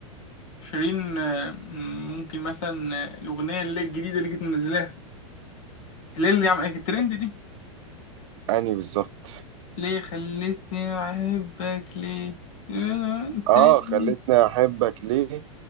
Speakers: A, on the left; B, on the right.
A: شيرين آه، م- ممكن مثلا آه، الأغنية اللي هي الجديدة اللي كانت منزلاها اللي هي اللي عملت الترند دي
B: اني بالظبط
A: ليه خلتني أحبك ليه آه، تاني
B: اه خلتني احبك ليه